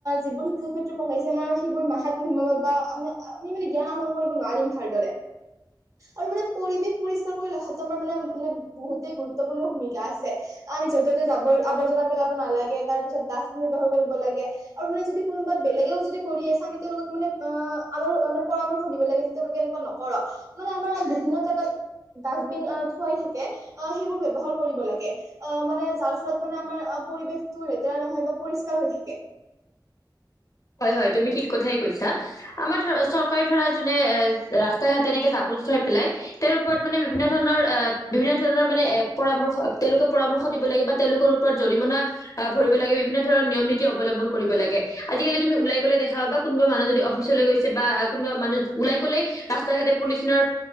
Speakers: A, on the right; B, on the left.
A: যিবোৰ শিক্ষাক ক্ষেত্ৰ পঢাইছে আমাৰ সেইবোৰ মাত নমাব বা আম আমি মানে জ্ঞান আহৰণ কৰিব নোৱাৰিম ভাৰ্দ <inaudible> আৰু মানে পৰিৱেশ পৰিষ্কাৰ কৰি ৰখাটো আমাৰ মানে-মানে বহুতেই গুৰুত্বপূৰ্ণ ভূমিকা আছে অ, আমি য'তে- ত'তে জাবৰ -আৱৰ্জনা পেলাব নালাগে তাৰ পিছত ডাষ্টবিন ব্যৱহাৰ কৰিব লাগে আৰু মানে যদি কোনোবা বেলেগেও যদি কোনোবা যদি বেলেগেও কৰি আছে আমি তেওঁলোকক মানে অ, আৰু মানে পৰামৰ্শ দিব লাগে যে তেওঁলোকে এনেকুৱা নকৰ মানে আমাৰ বিভিন্ন জেগাত ডাষ্টবিন অ, থুৱাই থাকে অ, সেইবোৰ ব্যৱহাৰ কৰিব লাগে অ, মানে যাৰ ফলত মানে আমাৰ অ অ, পৰিৱেশটো লেতেৰা নহয় বা পৰিষ্কাৰ হৈ থাকে।
B: হয়-হয় তুমি ঠিক কথাই কৈছা আমাৰ ধৰা চৰকাৰে ধৰা যোনে ৰাস্তা ঘাট এনেকে যাব যোথৰ পেলাই তেওঁৰ ওপৰত মানে বিভিন্ন ধৰণৰ এ বিভিন্ন ধৰণৰ মানে পৰামৰ্শ তেওঁলোকে পৰামৰ্শ দিব লাগে বা তেওঁলোকৰ ওপৰত জৰিমনা আহ ভৰিব লাগে বিভিন্ন ধৰণৰ নিয়ম-নীতি অৱলম্বন কৰিব লাগে। আজিকালি তুমি উলাই গ'লে দেখা পাবা কোনবা মানুহ যদি অফচলৈ গছে বা কোনবা মানুহ ওলাই গলেই ৰাস্ত ৰাস্তা ঘাটে পলিথিনৰ